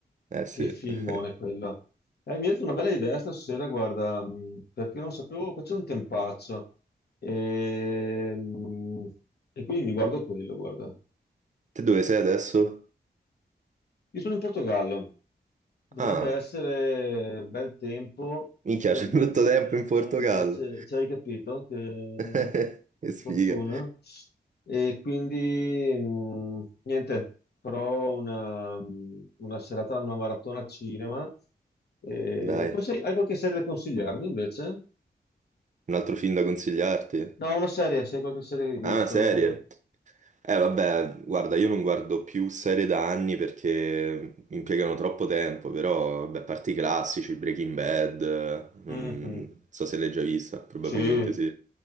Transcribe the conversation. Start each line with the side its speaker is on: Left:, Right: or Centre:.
Right: Eh sì.
Left: che filmone
Right: <laughs>
Left: quello. Eh, mi è venuta una bella idea stasera, guarda, mh, perché non sapevo, qua c'è un tempaccio. E, mh, e quindi mi guardo quello, guarda.
Right: Te dove sei adesso?
Left: Io sono in Portogallo, Dovrebbe
Right: Ah.
Left: essere bel tempo
Right: Minchia,
Left: e
Right: c'è
Left: invece,
Right: tutto tempo in Portogallo.
Left: e invece cioè, hai capito che,
Right: <laughs> Che
Left: che
Right: sfiga.
Left: fortuna. E quindi mh, niente, però una, mm, una serata, una maratona cinema. E
Right: Dai,
Left: poi sei- hai qualche serie da consigliarmi invece?
Right: un altro film da consigliarti.
Left: No, una serie, se hai qualche serie che hai
Right: Ah,
Left: visto.
Right: una serie. Eh vabbè, guarda, io non guardo più serie da anni perché impiegano troppo tempo, però, beh, a parte i classici, Breaking Bad, eh, non
Left: Mhm.
Right: so se l'hai già vista, probabilmente
Left: Sì, mi
Right: sì.